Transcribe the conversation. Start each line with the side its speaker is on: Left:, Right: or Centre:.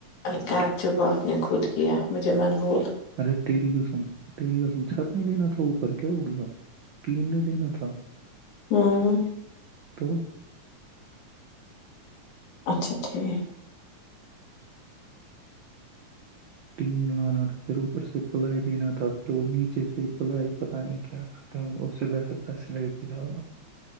Left: ت چب آپ نے خود کیا مجھے مقبوف
Right: ارے تیری توسم تیری قسم چھت نہیں دینا تھا اوپر کیا ہو گیا تین نہیں دینا تھا
Left: ہاں
Right: تو
Left: اچھا ٹھیک ہے
Right: ٹین لانا تھا پھر اوپر سے پلائی دینا تھا پھر وہ نیچے سے پلائی پتہ نہیں کیا آتا اس سے بہتر تھا سلیب بھی ڈالنا